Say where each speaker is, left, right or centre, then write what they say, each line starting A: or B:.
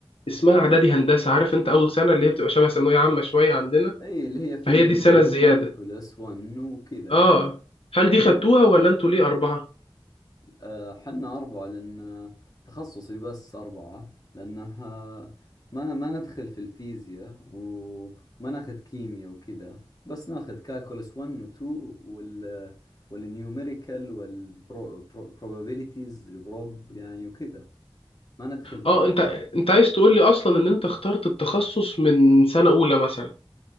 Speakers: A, on the left (about 80°); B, on the left (about 40°).
A: اسمها اعدادي هندسه عارف انت اول سنه اللي هي بتبقى شبه ثانويه عامه شويه عندنا
B: إيه اللي هي فيزياء
A: فهي دي السنه الزياده
B: وكالكولس 1 وكذا
A: اه هل دي خدتوها ولا انتوا ليه اربعه
B: آه، حنا أربعة لأن تخصصي بس أربعة لأنها ما ما ندخل في الفيزياء وما ناخذ كيمياء وكذا بس ناخذ كالكولس 1 و 2 وال والنيوميريكال والبروبابيليتيز بروب يعني وكذا ما ندخل في
A: اه
B: ال...
A: انت انت عايز تقول لي اصلا ان انت اخترت التخصص من سنة اولى مثلا